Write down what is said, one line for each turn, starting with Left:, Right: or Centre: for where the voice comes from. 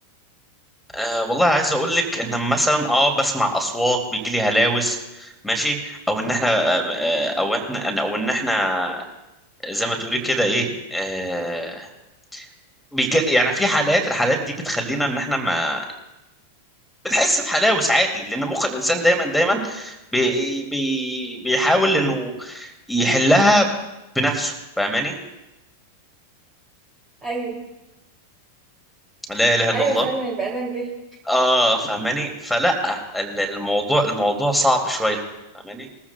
Centre: أه والله عايز اقول لك ان مثلا اه بسمع اصوات بيجي لي هلاوس ماشي او ان احنا آه، او احنا او ان احنا زي ما تقولي كده ايه أه بيج... يعني في حالات الحالات دي بتخلينا ان احنا ما بنحس بحلاوس عادي لان مخ الانسان دايما دايما بي... بي... بيحاول انه يحلها بنفسه فاهماني
Right: ايوه
Centre: لا اله الا
Right: ايوه
Centre: الله
Right: فعلا البني ادم بيه
Centre: اه فاهماني فلا ال- الموضوع الموضوع صعب شويه فاهماني